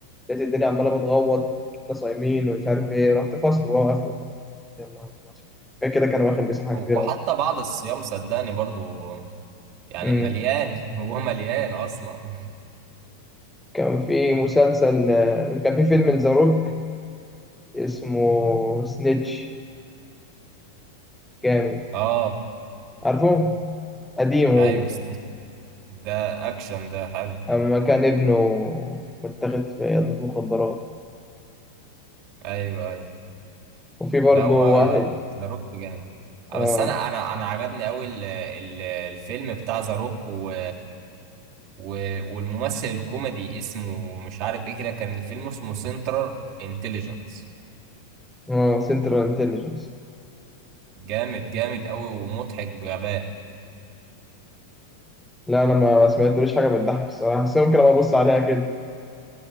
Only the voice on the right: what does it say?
وحتى
بعد الصيام صدقني برضه يعني
مليان <laughs> هو مليان اصلا
اه
ايوه سنيتش ده اكشن ده حلو
ايوه ايوه
لا هو
ذا روك جامد آه،
بس انا انا انا عجبني قوي ال- ال- الفيلم بتاع ذا روك و... و... والممثل الكوميدي اسمه مش عارف ايه كده كان الفيلم اسمه سنترال انتليجنس
جامد جامد قوي ومضحك بغباء